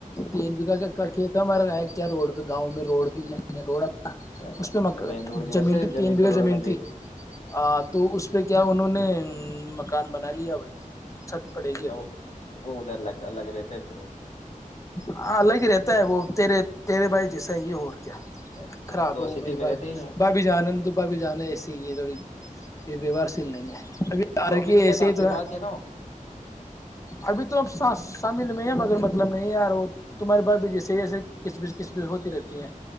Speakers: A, on the left (about 20°); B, on the left (about 55°).
A: تین بیگہ کھی تھا ہمارا کیا روڈ پہ گاؤں میں روڈ پہ رو
B: کیا بات
A: اس میں
B: مین روڈ کی وجہ
A: زمین
B: سے
A: بھی تین بیگہ
B: کروڑوں
A: زمین
B: میں گئی
A: تھی ہ تو اس پہ کیا انہوں نے مکان بنا لیا بھائی چھت پڑے
B: اچھا
A: گی
B: وہ وہ ادھر لگ لگ رہے تھے پھر
A: ہاں اللہ کی رحمت وہ تیرے تیرے بھائی جیسا ہے یہ ہو اور کیا خراب
B: اب دو
A: ہو
B: سٹی
A: میری
B: میں رہتے ہی ہیں
A: بابھی جان ہے تو بھابھی جان ایسی یہ تھوڑی یہ ووہار شیل نہیں ہے ابھی آرک
B: تو شاید
A: ایسے
B: آپ
A: ہی
B: کے
A: تو ہے
B: پاس نا ہو
A: ابھی تو اب سس شامل میں ہے مگر مطلب نہیں یار وہ تمہاری بائی بھی جیسے ہی جسے کس بیچ کس بیچ ہوتی رہتی ہے